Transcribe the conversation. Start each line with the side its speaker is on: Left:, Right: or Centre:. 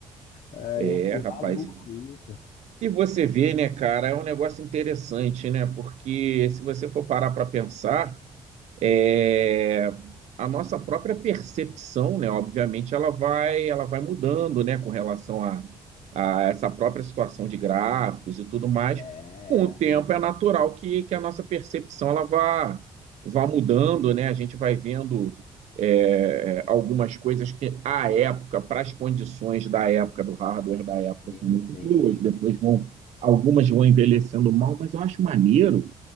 Left: É,
Right: É,
Left: eu fiquei
Right: rapaz.
Left: maluco com isso.
Right: E você vê, né, cara, é um negócio interessante, né? Porque se você for parar para pensar. É, a nossa própria percepção, né, obviamente, ela vai, ela vai mudando, né, com relação a, a essa própria situação de gráficos e tudo mais.
Left: É,
Right: Com o
Left: é.
Right: tempo, é natural que, que a nossa percepção ela vá, vá mudando, né? A gente vai vendo é, algumas coisas que, à época, para as condições da época, do hardware da época,
Left: sim,
Right: são muito
Left: sim.
Right: boas, depois vão, algumas vão envelhecendo mal, mas eu acho maneiro